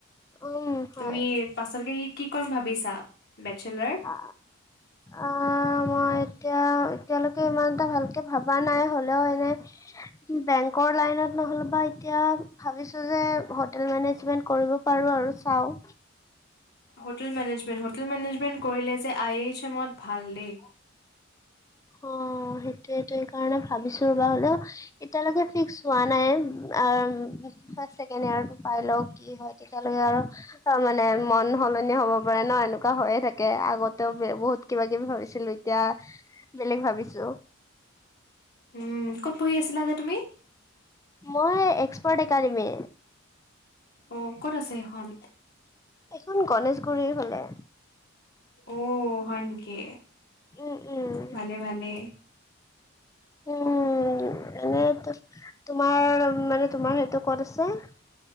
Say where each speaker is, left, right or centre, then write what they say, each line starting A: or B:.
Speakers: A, on the left (about 15°); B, on the left (about 50°).
A: উম হয়
B: তুমি পাছতকে কি কৰিম ভাবিছা? বেষ্টেলাৰ।
A: আ, আ মই এতিয়া এতিয়ালৈকে ইমানটা ভালকে ভবা নাই হ'লেও এনে বেংকৰ লাইনত নহ'লে বাই- এতিয়া ভাবিছো যে হোটেল মেনেজমেন্ট কৰিব পাৰো আৰু চাও।
B: হোটেল মেনেজমেন্ট হোটেল, মেনেজমেন্ট কৰিলে যে আই এইচ এমত ভাল দেই।
A: অ সেইটোয়ে এটোৱে কাৰণে ভাবিছো ৰ'বা হ'লেও এতিয়ালৈকে ফিক্স হোৱা নাই আ'ম ফাৰ্ষ্ট ছেকেণ্ড ইয়াৰটো পাই লও কি হয় তেতিয়ালৈকে আৰু তামানে মন সলনি হব পাৰে ন এনেকুৱা হৈয়ে থাকে আগতেও বে বহুত। কিবা কিবি ভাবিছিলো এতিয়া বেলেগ ভাবিছো।
B: উ ক'ত পঢ়ি আছিলা যে তুমি?
A: মই এক্সপাৰ্ট একাডেমি।
B: অ ক'ত আছে সেখন?
A: এইখন গনেশগুৰিৰ ফালে।
B: অ হয় নেকি?
A: উম উম
B: ভালে ভালে।
A: উম এনে তোমাৰ মানে তোমাৰ সেইটো ক'ত আছে?